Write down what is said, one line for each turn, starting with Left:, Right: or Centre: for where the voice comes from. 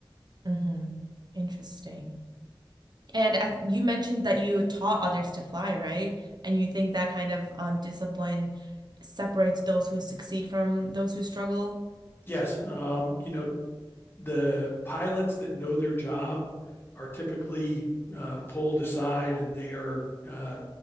Right: Mm-hmm. Interesting. And uh, you mentioned that you taught others to fly, right? And you think that kind of um, discipline separates those who succeed from those who struggle?
Left: yes um, you know the pilots that know their job are typically uh, pulled aside and they are uh,